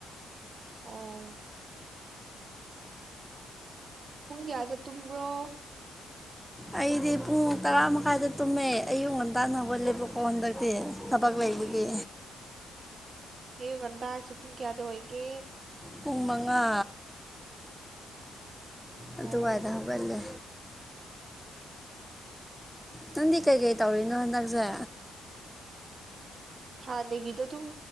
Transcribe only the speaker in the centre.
ꯑꯩꯗꯤ ꯄꯨꯡ ꯇꯔꯥ ꯃꯈꯥꯏꯗ ꯇꯨꯝꯃꯦ ꯑꯌꯨꯛ ꯉꯟꯇꯥꯅ ꯍꯧꯒꯠꯂꯦꯕꯀꯣ ꯍꯟꯗꯛ ꯇꯤ ꯊꯕꯛ ꯂꯩꯕꯒꯤ
ꯄꯨꯡ ꯃꯉꯥ ꯑꯗꯨꯋꯥꯏꯗ
ꯍꯧꯒꯠꯂꯦ ꯅꯪꯗꯤ ꯀꯩꯀꯩ ꯇꯧꯔꯤꯅꯣ ꯍꯟꯗꯛꯁꯦ